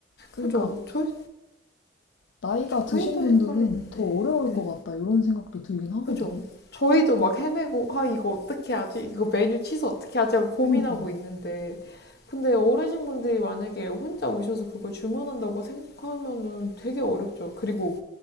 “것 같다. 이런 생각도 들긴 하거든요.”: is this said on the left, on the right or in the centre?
Left